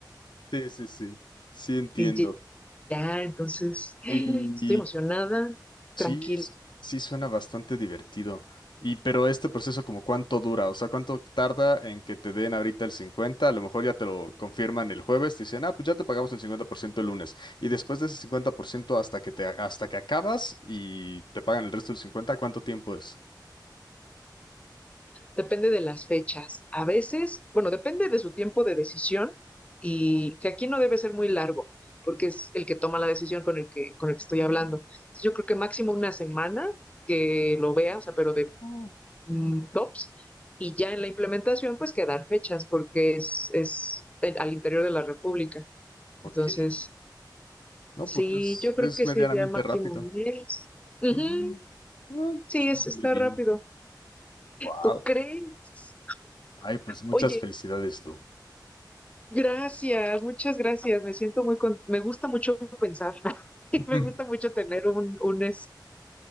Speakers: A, on the left; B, on the left.
A: Sí, sí, sí. Sí entiendo.
B: y Ya, entonces, <gasps> ¡ay!
A: Y,
B: estoy emocionada,
A: Sí,
B: tranquila.
A: s- sí suena bastante divertido. Y pero este proceso como cuánto dura, o sea, cuánto tarda en que te den ahorita el 50? a lo mejor ya te lo confirman el jueves, te dicen, ah, pues ya te pagamos el 50% el lunes. Y después de ese 50% hasta que te, hasta que acabas y te pagan el resto del cincuenta, ¿cuánto tiempo es?
B: Depende de las fechas. A veces, bueno, depende de su tiempo de decisión y que aquí no debe ser muy largo, porque es el que toma la decisión con el que, con el que estoy hablando. Entonces, yo creo que máximo una semana que lo vea, o sea, pero de
A: Oh,
B: mm, tops, y ya en la implementación, pues quedar fechas, porque es, es el- al interior de la República.
A: ok.
B: Entonces,
A: No,
B: sí,
A: pues es,
B: yo creo
A: es
B: que
A: medianamente
B: sería máximo
A: rápido.
B: un mes. Ujú,
A: Ujú. No,
B: Sí,
A: suena
B: es, está
A: muy bien.
B: rápido.
A: Wow.
B: ¿Tú crees?
A: Ay, pues muchas
B: Oye,
A: felicidades, Lu.
B: gracias, muchas gracias. Me siento muy con... me gusta mucho pensar <laughs> y
A: <laughs>
B: me gusta mucho tener un, un, este,